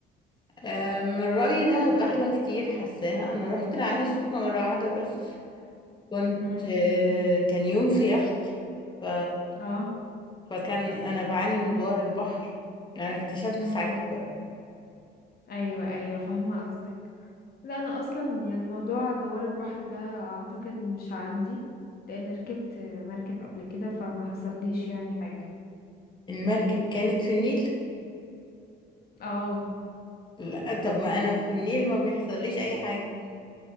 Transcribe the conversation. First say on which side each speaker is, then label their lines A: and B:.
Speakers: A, on the left (about 25°); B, on the left (about 55°).
A: آه، من رأيي دهب احلى كتير حاساها انا رحت العين السخنة مرة واحدة بس كنت
B: امم
A: آه، كان يوم في يخت ف...
B: اه
A: فكان انا بعاني من دوار البحر انا اكتشفت
B: امم
A: ساعتها بقى
B: ايوه ايوه فاهمه قصدك لا انا اصلا يعني موضوع دوار البحر ده اعتقد مش عندي لان ركبت مركب قبل كده فما حصليش يعني حاجه
A: المركب كانت في النيل
B: اه
A: لا طب ما انا في النيل ما بيحصليش اي حاجة